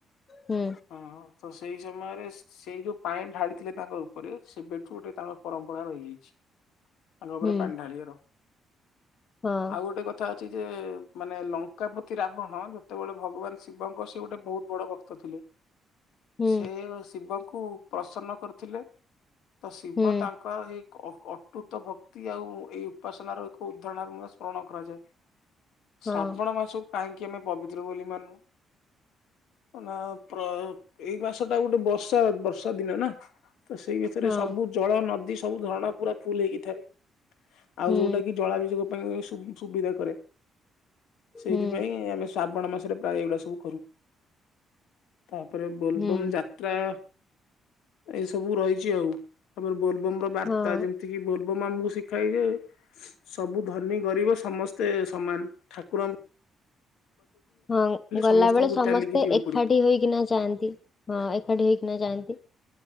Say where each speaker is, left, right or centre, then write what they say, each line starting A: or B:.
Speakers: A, on the left (about 35°); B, on the left (about 85°).
A: ହୁଁ
B: ହଁ ତ ସେଇ ସମୟରେ ସେଇ ଯୋଉ ପାଣି ଢାଡିଥିଲେ ତାଙ୍କ ଉପରେ ସେ ସେବେଠୁ ତାଙ୍କର ପରମ୍ପରା ରହିଯାଇଛି। ତାଙ୍କ ଉପରେ
A: ହୁଁ
B: ପାଣି ଢାଳିବାର।
A: ହଁ
B: ଆଉ ଗୋଟେ କଥା କଥା ଅଛି ଯେ ମାନେ ଲଙ୍କା ପ୍ରତି ରାବଣ ଯେତେବେଳେ ଭଗବାନ ଶିବ ଶିବଙ୍କର ସେ ଗୋଟେ ବହୁତ ବଡ ଭକ୍ତ ଥିଲେ।
A: ହୁଁ
B: ସେ ଶିବଙ୍କୁ ପ୍ରସନ୍ନ କରୁଥିଲେ। ତ ଶିବ
A: ହୁଁ
B: ତାଙ୍କର ହେଇ ଅ ଅ ଅଟୁତ ଭକ୍ତି ଆଉ ଏଇ ଉପାସନାର ଏକ ଉଦାହରଣ ମଧ୍ୟ ସ୍ମରଣ କରାଯାଏ।
A: ହଁ
B: ଶ୍ରାବଣ ମାସକୁ କାହିଁକି ଆମେ ପବିତ୍ର ବୋଲି ମାନୁ? ଅ ନା ପ୍ର ଏଇ ମାସ ଟା ଗୋଟେ ବର୍ଷା ବର୍ଷା ଦିନେ ନା। ତ ସେଇ ଭିତରେ
A: ହଁ
B: ସବୁ ଜଳ ନଦୀ ସବୁ ଝରଣା ପୁରା ଫୁଲ ହେଇକିଥାଏ। ଆଉ
A: ହୁଁ
B: ଯୋଉଟା କି ଜଳାଭିସେକ ପାଇଁ ଶୁ ସୁବିଧା କରେ। ସେଇଥିପାଇଁ
A: ହୁଁ
B: ଆମେ ଶ୍ରାବଣ ମାସରେ ପ୍ରାୟ ଏଗୁଡା ସବୁ କରୁ। ତାପରେ ବୋଲବମ୍
A: ହୁଁ
B: ଯା ପପ୍ରାୟ ଏଇ ସବୁ ରହିଛି ଆଉ। ଆମର ବୋଲବମ ର ବାର୍ତ୍ତା
A: ହଁ
B: ଯେମ୍ ତିକି ବୋଲବମ୍ ଆମକୁ ଶିଖାଇବେ। ସବୁ ଧନୀ ଗରିବ ସମସ୍ତେ ସମାନ ଠାକୁର ଆମ୍
A: ହଁ, ଗଲାବେେଳେ
B: ସମସ୍ତଙ୍କୁ
A: ସମସ୍ତେ
B: ଚାଲିକି ଯିବାକୁ
A: ଏକାଠି
B: ପଡିବ।
A: ହୋଇକିନା ଯାଆନ୍ତି। ହଁ ଏକାଠି ହେଇକିନା ଯାଆନ୍ତି।